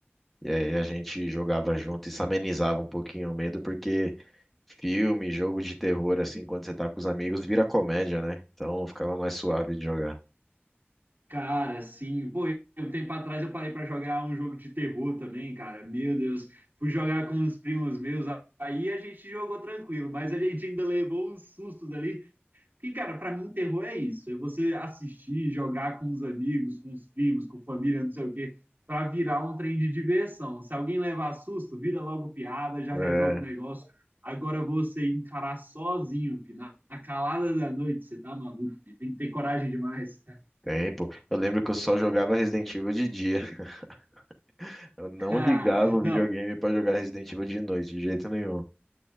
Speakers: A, in the centre; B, on the right.
A: E aí a gente jogava junto e se amenizava um pouquinho o medo, porque filme, jogo de terror, assim, quando você tá com os amigos, vira comédia, né? Então ficava mais suave de jogar.
B: Cara, sim. Pô, eu- um tempo atrás eu parei pra jogar um jogo de terror também, cara. Meu Deus. Fui jogar com uns primos meus, aí a gente jogou tranquilo, mas a gente ainda levou uns sustos ali, Porque, cara, para mim, terror é isso. É você assistir, jogar com os amigos, com os primos, com família, não sei o quê, para virar um trem de diversão. Se alguém levar susto, vira logo piada, já
A: É,
B: resolve o negócio. Agora você encarar sozinho, filho, na, na calada da noite, você tá maluco, filho. tem que ter coragem demais.
A: tempo. Eu lembro que eu só jogava Resident Evil de dia. <laughs> Eu não
B: <laughs>
A: ligava o
B: não,
A: videogame pra jogar Resident Evil de noite, de jeito nenhum.